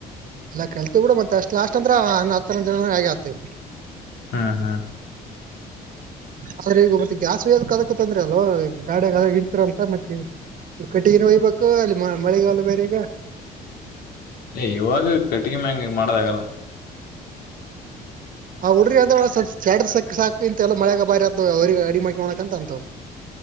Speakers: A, on the right; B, on the left.
A: ಎಲ್ಲಾ ಕೇಳುತ್ತೀವಿ ಬಿಡು ಮತ್ತತ್ ಅಷ್ಟ್ ಲಾಸ್ಟ್ ಅಂದ್ರ ಹ ಹತ್ತ ಜನ ಹೇಗ ಆಗ್ತವಿ
B: ಹ್ಮ್ ಹ್ಮ್
A: ಹ ಸರ್ ಮತ್ತೆ ಗ್ಯಾಸ್ ಒಯ್ಯ್ ಬೇಕಾಗುತ್ತೆ ತಂದ್ರಿ ಅಲ್ ಗಾಡಗ ಹಿಡ್ತಿರ ಅಂತ ಮತ್ತೆ ಕಟ್ಟಿಗಿನ ಓಯ್ಬೇಕು ಅಲ್ಲಿ ಮಳೆಗಾಲ್ಲ ಬೇರೆ ಇದೆ
B: ಏ ಇವಾಗ ಕಟ್ಟಿಗೆ ಮ್ಯಾಂಗ ಮಾಡೋದಾಗಲ್ಲ
A: ಆ ಹುಡ್ರಿ ಅಂದ ಒ ಚಡ ಸಾಕು ಇಂತೆಲ್ಲ ಮಳ್ಯಾಗ ಬಾರಿ ಅ ಅವ ಅಡಿ ಮಾಡಕ ಮಾಡಕಂತ ಅಂತವ್